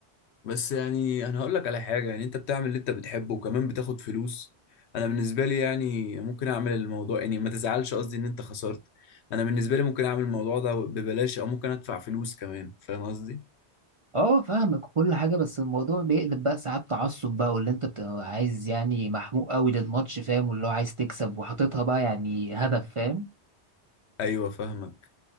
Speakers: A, on the left (about 75°); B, on the right (about 40°).
A: بس يعني انا هقول لك على حاجه يعني انت بتعمل اللي انت بتحبه وكمان بتاخد فلوس انا بالنسبه لي يعني ممكن اعمل الموضوع يعني ما تزعلش قصدي ان انت خسرت انا بالنسبه لي ممكن اعمل الموضوع ده ببلاش او ممكن ادفع فلوس كمان فاهم قصدي
B: اه فاهمك كل حاجة بس الموضوع بيقلب بقى ساعات تعصب بقى واللي انت بتبقى عايز يعني محموق قوي للماتش فاهم واللي هو عايز تكسب وحاططها بقى يعني هدف فاهم
A: ايوه فاهمك